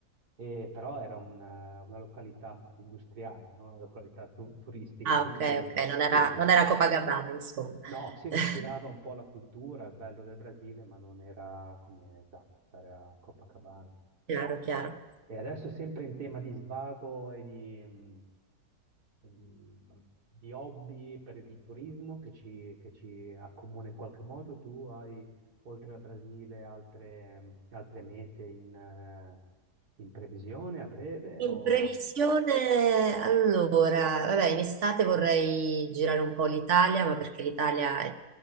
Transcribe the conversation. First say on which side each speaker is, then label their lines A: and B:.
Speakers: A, on the right; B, on the right.
A: E però era una, una località industriale, no? Una località tu- turistica,
B: Ah,
A: quindi
B: ok, ok, non
A: sì,
B: era,
A: sì,
B: non era Copacabana, insomma.
A: no, si respirava
B: <laughs>
A: un po' la cultura, il bello del Brasile, ma non era come esatto, stare a Copacabana.
B: Chiaro, chiaro.
A: E adesso sempre in tema di svago e di, mm, di, di hobby per il turismo che ci, che ci accomuna in qualche modo. Tu hai, oltre al Brasile, altre, altre mete in, eh, in previsione a breve?
B: In
A: O...
B: previsione, allora, vabbè, in estate vorrei girare un po' l'Italia, ma perché l'Italia è,